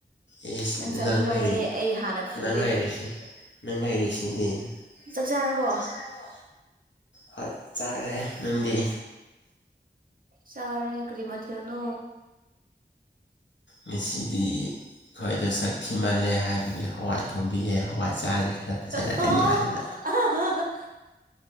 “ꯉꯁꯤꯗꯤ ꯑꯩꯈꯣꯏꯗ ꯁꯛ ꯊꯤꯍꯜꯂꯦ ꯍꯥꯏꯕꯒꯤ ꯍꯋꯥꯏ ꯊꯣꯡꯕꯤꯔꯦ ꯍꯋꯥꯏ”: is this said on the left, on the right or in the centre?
Left